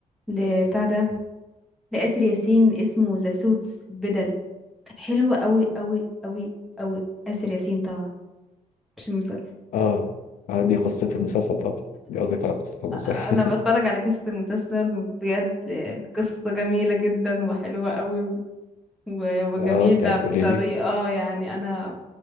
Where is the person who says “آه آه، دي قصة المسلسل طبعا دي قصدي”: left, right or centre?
Left